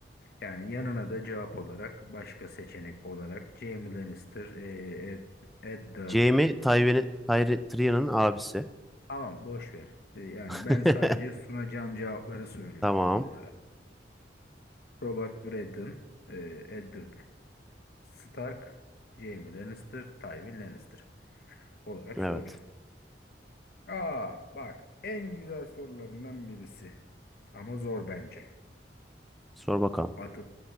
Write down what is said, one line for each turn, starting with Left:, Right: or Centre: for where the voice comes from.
Left: Yani yanına da cevap olarak başka seçenek olarak Jaime Lannister, e, Ed, Eddard.
Centre: Jaime Tywin'i Tyri- Tyrion'un abisi.
Left: Tamam boş ver. E, yani
Centre: <laughs>
Left: ben sadece sunacağım cevapları söylüyorum
Centre: Tamam.
Left: onlara. Robert Braddon, e, Eddard Stark, Jaime Lannister, Tywin Lannister olarak
Centre: Evet.
Left: soracağım. Aa bak en güzel sorularından birisi ama zor bence.
Centre: Sor bakalım.
Left: Atıp